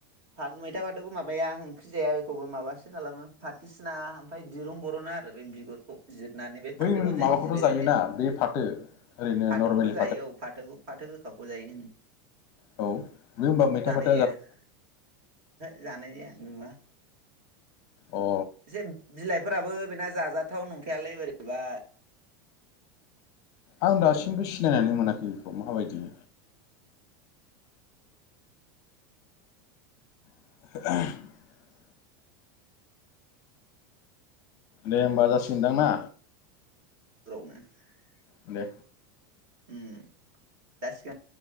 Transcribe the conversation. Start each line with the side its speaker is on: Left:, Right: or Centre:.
Right: फा मैथा फाथोखौ माबाया ओंख्रि जाया बेखौबो माबासो खालामो फाथिसिना ओमफाय दिरुं बर'ना आरो बे बिगुरखौ जिदनानै बे
Left: बै
Right: फाथोखौ जेरै
Left: माबाखौथ'
Right: जिरो
Left: जायोना
Right: बिदिनो
Left: बे फाथो ओरैनो
Right: फाथोखौथ'
Left: नर्मेलि
Right: जायो औ फाथोखौ फाथो गोखाखौ जायों
Left: औ बे होनबा मैथा फाथ
Right: <unintelligible> ओहो जानाय जाया नुआ
Left: अ
Right: एसे बिलाइफोराबो बेना जाजाथाव नंखायालै बोरैबा
Left: आं दासिमबो सिनायनानै मोनाखै बेखौ माबायदि <unintelligible> दे होमबा जासिगोनदां ना
Right: <unintelligible>
Left: दे
Right: उम जासिगो